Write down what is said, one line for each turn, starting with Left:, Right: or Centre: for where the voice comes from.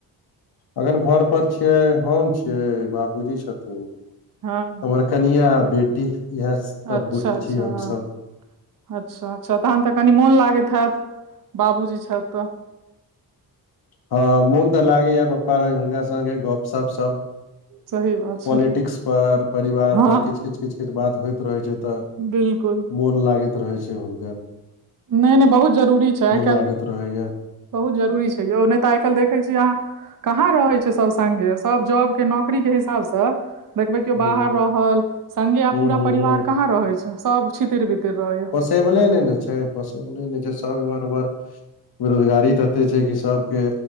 Left: अखैन घर पर छियै हम छी बाबूजी छथिन
Right: हँ
Left: हमर कनिया आ बेटी इहै सब
Right: अच्छा,
Left: गोटे
Right: अच्छा,
Left: छी हमसब
Right: अच्छा अच्छा तहन तऽ कनि मोन लागैत हैत बाबूजी छैथ तऽ
Left: हँ मोन तऽ लागेय पपा रहै छथिन हुनका संगे गप - सप सब
Right: सही बात छै
Left: पॉलिटिक्स पर परिवार
Right: हँ
Left: पर किछ - किछ - किछ - किछ बात होइत रहैत छै तऽ
Right: बिलकुल
Left: मोन लागैत रहै छै हुनका
Right: नय नय बहुत जरूरी छै आइ काइल
Left: लागैत रहैया
Right: बहुत जरूरी छै यौ नय तऽ आइ काइल देखैत छी अहाँ कहाँ रहै छै सब संगे सब जॉब केँ नौकरीे केँ हिसाबसँ देखबै कियो
Left: हूँ
Right: बाहर रहल संगे
Left: हूँ
Right: आब पूरा
Left: हूँ
Right: परिवार
Left: हूँ
Right: कहाँ रहै छै सब छितिर बितिर रहै यऽ
Left: टेबले नय नऽ छै पोसबले नय छै सब इमहर उमहर बेरोजगारी तते छै कि सबके